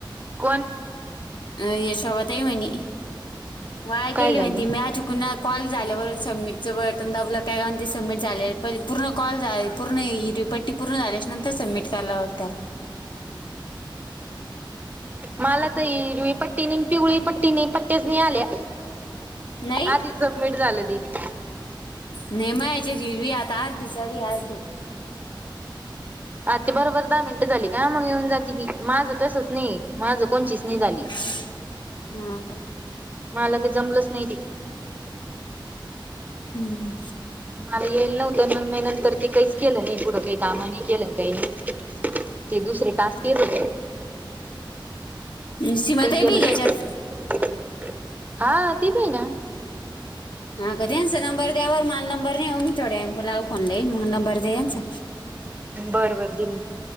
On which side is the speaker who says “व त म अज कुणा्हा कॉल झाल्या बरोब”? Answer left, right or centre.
Left